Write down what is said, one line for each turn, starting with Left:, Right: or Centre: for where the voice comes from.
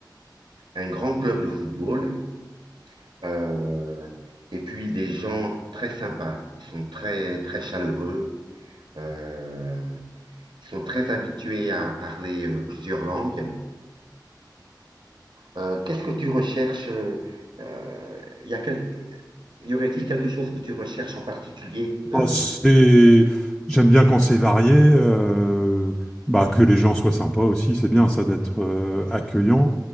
Right: un grand club de football, euh, et puis des gens très sympas. Ils sont très très chaleureux, euh, ils sont très habitués à parler euh, plusieurs langues. Euh, qu'est-ce que tu recherches euh, euh, y a quel- Y aurait-il quelque chose que tu recherches en particulier? euh,
Centre: Bah, c'est- J'aime bien quand c'est varié, euh, bah, que les gens soient sympas aussi, c'est bien ça d'être euh, accueillant.